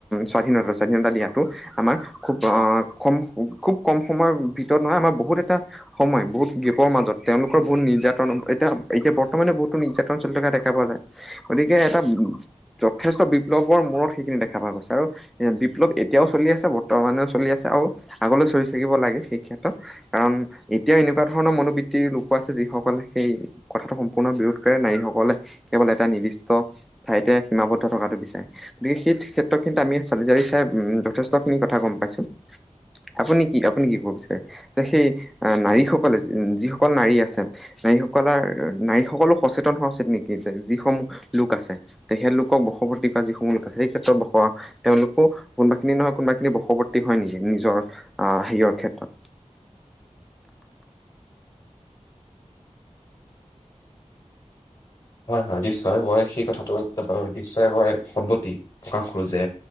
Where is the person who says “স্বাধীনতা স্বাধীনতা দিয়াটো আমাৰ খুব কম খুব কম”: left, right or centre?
Centre